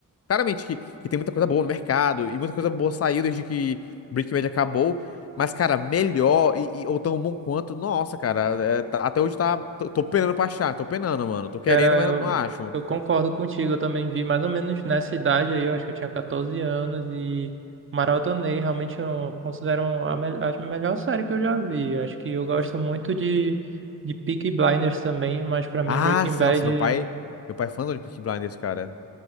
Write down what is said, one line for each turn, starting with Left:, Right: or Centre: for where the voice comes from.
Left: Claramente que, que tem muita coisa boa no mercado e muita coisa boa saiu desde que Breaking Bad acabou. Mas, cara, melhor e, e- ou tão bom quanto, nossa, cara, é, tá- até hoje tá. Tô, tô penando pra achar, tô penando, mano. Tô querendo,
Right: Cara,
Left: mas
Right: eu,
Left: não acho.
Right: eu concordo contigo. Eu também vi mais ou menos nessa idade aí, eu acho que eu tinha 14 anos e maratonei. Realmente eu considero a, mel- a melhor série que eu já vi. Eu acho que eu gosto muito de, de Peaky Blinders também, mas pra mim
Left: Ah,
Right: Breaking
Left: sim,
Right: Bad,
Left: nossa, meu pai. Meu pai é fãzão de Peaky Blinders, cara.